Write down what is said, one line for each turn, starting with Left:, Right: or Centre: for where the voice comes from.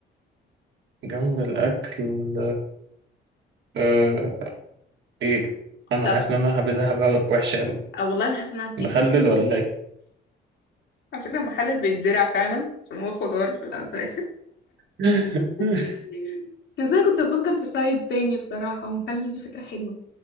Right: جنب الاكل آه، ايه انا
Left: طب
Right: حاسس ان انا هبدها بقى وحشه قوي
Left: أه والله انا حاسة انها هتيجي
Right: مخلل ولا ايه
Left: على فكرة المحل بيتزرع فعلا عشان هو خضار في الأول وفي الآخر
Right: <laughs>
Left: <laughs> ازاي كنت بفكر في سايد تاني بصراحة ومخلي دي فكرة حلوة